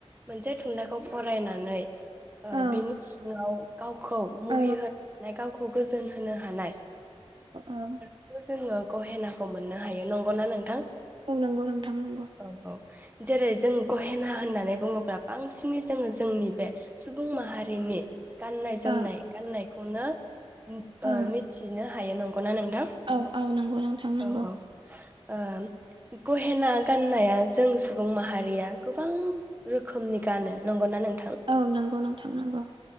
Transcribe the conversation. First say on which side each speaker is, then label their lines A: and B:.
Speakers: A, on the right; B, on the right.
A: मोनसे थुनलाइखौ फरायनानै ओ
B: औ
A: बिनि सिङाव गावखौ मुहि
B: औ
A: होनानै गाव खौ गोजोन होनो हानाय
B: औ
A: खौ जोङो गहेनाखौ मोननो हायो नंगौना नोंथां
B: औ नंगौ नोंथां नंगौ
A: औ औ जेरै जों गहेना होननानै बुङोब्ला बांसिनै जोङो जोंनि बे सुबुं माहारिनि गाननाय जोमनाय
B: औ
A: गाननायखौनो
B: औ
A: ओ मिथिनो हायो नंगौना नोंथां
B: औ औ नंगौ नोंथां नंगौ
A: औ औ ओ गहेना गाननाया जों सुबुं माहारिया गोबां रोख खोमनि गानो नंगौना नों
B: औ नंगौ नोंथां नंगौ